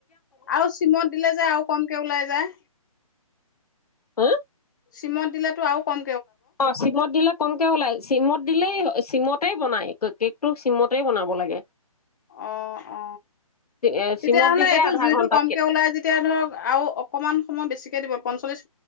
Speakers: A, on the left (about 30°); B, on the left (about 90°).
A: আৰু চিমত দিলে যে আৰু কমকে ওলাই যায়
B: হা
A: চিমত দিলাতো আৰু কম
B: অ চিমত দিলে কমকে ওলাই চিমত দিলেই চিমতে বনাই কেকটো চিমতেই বনাব লাগে
A: অ অ
B: এ
A: তেতিয়াাহলে
B: চিমত দিলে
A: এইটো
B: আধা
A: জুইতটো
B: ঘন্টাতকে
A: কমকে ওলাই যেতিয়া ধৰক আৰু অকমান সময় বেছিক কে দ পঞ্চলিছ